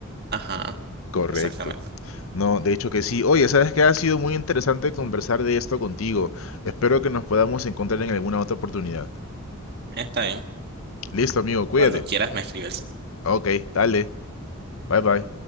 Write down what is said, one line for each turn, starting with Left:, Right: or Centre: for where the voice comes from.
Right: Ajá,
Left: Correcto.
Right: exactamente.
Left: No, de hecho que sí. Oye, sabes que ha sido muy interesante conversar de esto contigo. Espero que nos podamos encontrar en alguna otra oportunidad.
Right: Está bien.
Left: Listo, amigo, cuídate.
Right: Cuando quieras me escribes.
Left: Ok, dale. Bye bye.